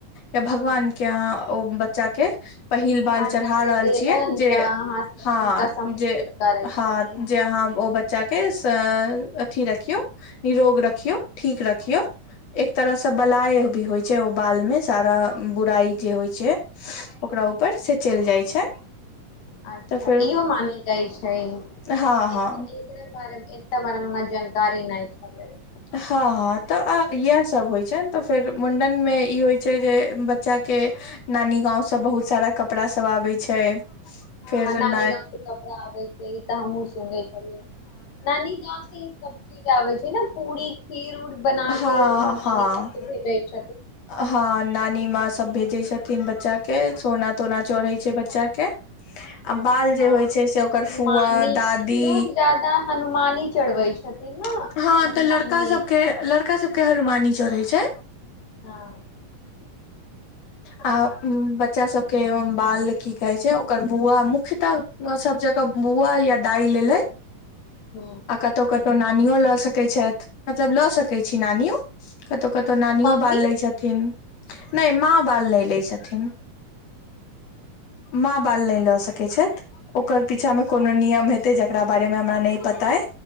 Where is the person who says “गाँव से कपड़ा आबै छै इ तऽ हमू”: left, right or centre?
Left